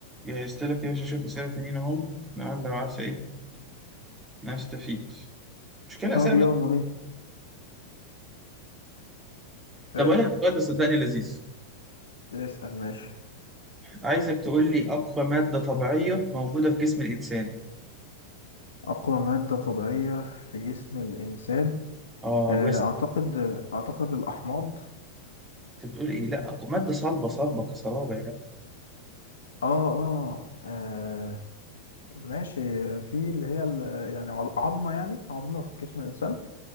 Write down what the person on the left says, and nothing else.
طب
يلا
بينا فاد
اسأل ماشي
أقوى مادة طبيعية في جسم الإنسان
آه،
أعتقد أعتقد الأحماض
آه آه آه، ماشي في اللي هي ال- يعني عض- عظمة يعني عظمة في جسم الإنسان